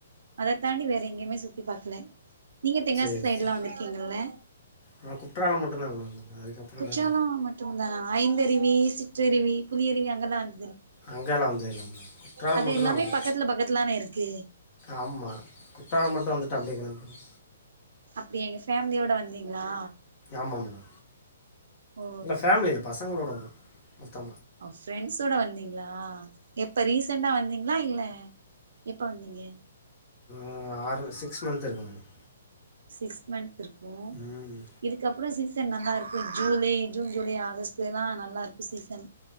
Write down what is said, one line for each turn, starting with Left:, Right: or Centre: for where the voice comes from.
Right: அத தாண்டி வேற எங்கயுமே சுத்தி பாக்ல நீங்க தென்காசி
Left: சரி
Right: சைடுலா
Left: சரி
Right: வந்திருக்கிங்லான
Left: நான் குற்றாலம் மட்டும்தான் மேடம் வந்தேன் அதுக்கப்புறம்
Right: குற்றால
Left: வேறு
Right: மட்டும் தானா ஐந்தருவி சிற்றருவி புலியருவி அந்த <unintelligible>
Left: அங்கெல்லா வந்தது இல்ல மேடம் குற்றாலம்
Right: அது
Left: மட்டுந்தா
Right: எல்லாமே
Left: வருவோ
Right: பக்கத்துல பக்கத்துலானே இருக்கு
Left: ஆமா குற்றாலம் மட்டு வந்துட் அப்டியே கெளம்பிருவோ
Right: அப்படியா எங்க ஃபேமிலியோட வந்தீங்களா
Left: ஆமா மேடா
Right: ஓ
Left: இல்ல ஃபேமிலி இல் பசங்களோட வந்தோ மொத்த
Right: ஒ பிரான்ஸ் ஓட வந்தீங்களா எப்ப ரீச சண்டா வந்தீங்களா இல்ல எப்ப வந்தீங்க
Left: ஆ ஆறு சிக்ஸ் மந்த் இருக்கு மேடம்
Right: சிக்ஸ் மந்த் இருக்கும்
Left: ம்
Right: இதுக்கப்புறம் சிக்ஸ் சீசன் நல்லா இருக்கும் ஜூலை ஜூன் ஜூலை ஆகஸ்ட்ல எல்லாம் நல்லா இருக்கும் சீசன்